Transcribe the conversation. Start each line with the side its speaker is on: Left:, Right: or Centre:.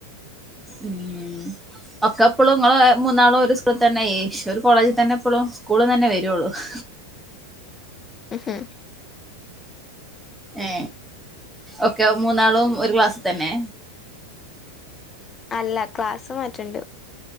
Centre: ഉം ഒക്കെ ഇപ്പൊളും ഇങ്ങളെ മൂന്നാളും ഒരു സ്കൂളിൽ തന്നെ ശ് ഒരു കോളേജിൽ തന്നെ ഇപ്പൊളും സ്കൂൾ തന്നെ വരുള്ളു <inaudible>
Left: ഹ്
Centre: ഏ ഒക്കെ മൂന്നാളും
Left: ഉം
Centre: ഒരു ക്ലാസ്സ് തന്നെ
Left: അല്ല ക്ലാസ്സ് മാറ്റണ്ട്